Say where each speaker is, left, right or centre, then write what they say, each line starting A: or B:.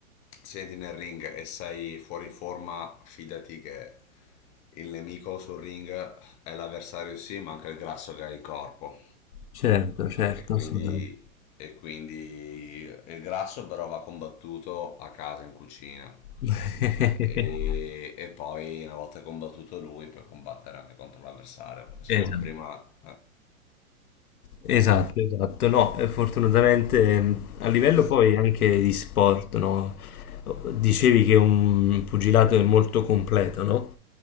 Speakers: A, on the left (about 15°); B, on the left (about 85°).
A: se entri nel ring e sei fuori forma, fidati che il nemico sul ring è l'avversario sì, ma anche il grasso che hai in corpo.
B: Certo, certo,
A: E quindi,
B: assolutamente.
A: e quindi il grasso però va combattuto a casa, in cucina.
B: <laughs>
A: E, e poi una volta combattuto lui puoi combattere anche contro l'avversario. Insomma,
B: Esatto.
A: prima...
B: Esatto, esatto, no, eh, fortunatamente ehm, a livello
A: <laughs>
B: poi
A: sì.
B: anche di sport, no? Dicevi che un pugilato è molto completo, no?